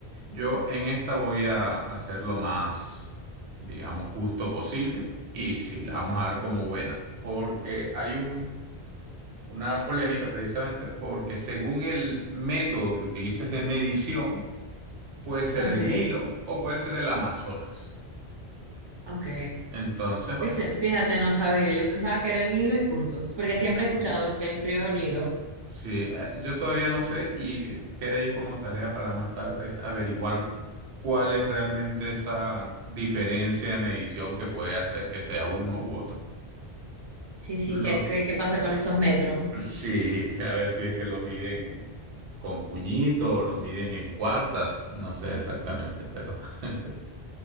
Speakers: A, on the right (about 85°); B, on the right (about 30°).
A: Yo en esta voy a hacer lo más, digamos, justo posible y sí, la vamos a dar como buena, porque hay un, una polémica precisamente porque según el método que utilices de medición, puede ser
B: Ok,
A: el Nilo o puede ser el Amazonas.
B: ok.
A: Entonces, bueno,
B: Viste, fíjate, no sabía, yo pensaba que era el Nilo y punto, porque
A: sí,
B: siempre he escuchado que el río Nilo.
A: sí, eh, yo todavía no sé y queda ahí como tarea para más tarde averiguar cuál es realmente esa diferencia de medición que puede hacer que sea uno u otro.
B: Sí, sí,
A: Los,
B: ¿qué, qué, qué pasa con esos metros?
A: sí, a ver si es que lo miden con puñito o lo miden en cuartas, no sé exactamente, pero <laughs>